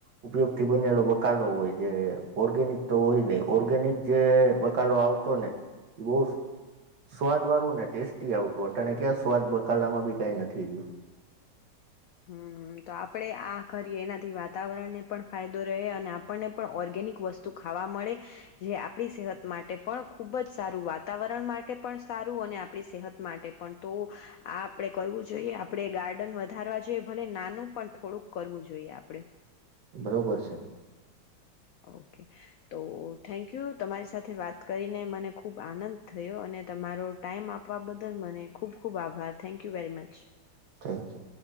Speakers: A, on the right; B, on the left.
A: ઉપયોગ થી બનેલો બકાલો હોય જે ઓર્ગેનિક તો હોય નહ ઓર્ગેનિક જે બકાલોો આવતો ને એ બહુ સ્વાદ વાળું ને ટેસ્ટી આવતું અટણે ક્યાં સ્વાદ બકાલા માં બી કઈ નથી રહું.
B: હમ તો આપણે આ કરીએ એનાથી વાતાવરણને પણ ફાયદો રહે અને આપણને પણ ઓર્ગેનિક વસ્તુ ખાવા મળે જે આપણી સહત. માટે પણ ખૂબ જ. સારું વાતાવરણ માટે પણ સારું અને આપણી સેહત માટે પણ તો આ આપણે કરવું જોઈએ આપણે ગાર્ડન વધારવા. આજે ભલે નાનું પણ થોડુંક કરવું જોઈએ આપડે.
A: બરોબર છે.
B: ઓકે તો થેન્કયુ તમારી સાથે વાત કરીને મને ખૂબ આનંદ થયો અને તમારો ટાઈમ આપવા બદલ મને ખૂબ ખૂબ આભાર thank you very much.
A: Thank y.